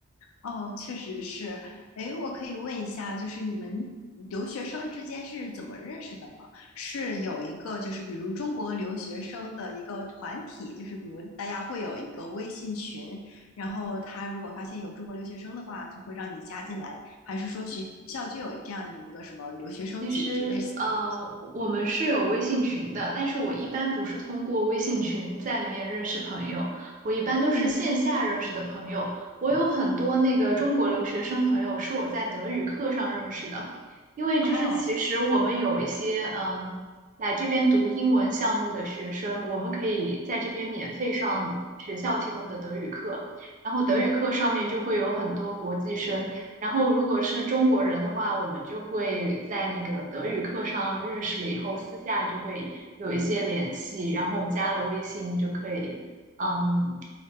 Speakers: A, on the left (about 80°); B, on the right (about 40°).
A: 哦，确实是。哎，我可以问一下，就是你们留学生之间是怎么认识的吗？是有一个，就是比如中国留学生的一个团体，就是比如大家会有一个微信群，然后他如果发现有中国留学生的话，就会让你加进来，还是说学校就有这样的一个什么留学生组织类似的东西？
B: 其实，呃，我们是有微信群的，但是我一般不是通过微信群在里面认识朋友，我一般都是线下认识的朋友。
A: 嗯，
B: 我有很多那个中国留学生朋友是我在德语课上认识的，因为就是其实我们有一些嗯来这边读英文项目的学生，
A: 哦，
B: 我们可以在这边免费上学校提供的德语课，然后德语课上面就会有很多国际生。
A: 嗯。
B: 然后如果是中国人的话，我们就会在那个德语课上认识了以后，私下就会有一些联系，然后加了微信就可以，嗯，